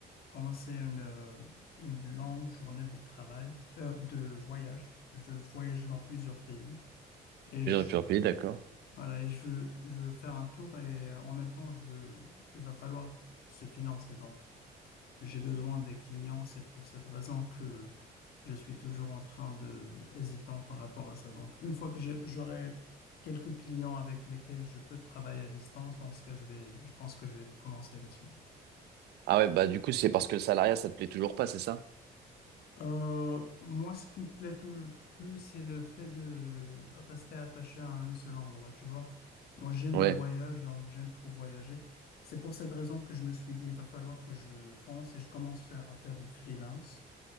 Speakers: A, on the left (about 65°); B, on the right (about 75°).
A: commencer une, euh, une longue journée de travail, euh, de voyage. Je veux voyager dans plusieurs pays et je,
B: Surpris, d'accord.
A: voilà, et je veux, je veux faire un tour et euh, en même temps, je veux, il va falloir se financer. Donc, j'ai besoin des clients. C'est pour cette raison que je suis toujours en train de, hésitant par rapport à ça. Donc, une fois que j'ai- j'aurai quelques clients avec lesquels je peux travailler à distance, dans ce cas, je vais, je pense que je vais commencer là-dessus.
B: Ah ouais, bah du coup, c'est parce que le salariat, ça te plaît toujours pas, c'est ça?
A: Euh, moi, ce qui me plaît toujours plus, c'est le fait de rester attaché à un seul endroit, tu vois. Moi, j'aime
B: Ouais,
A: le voyage, donc j'aime trop voyager. C'est pour cette raison que je me suis dit, il va falloir que je fonce et je commence faire- à faire du freelance.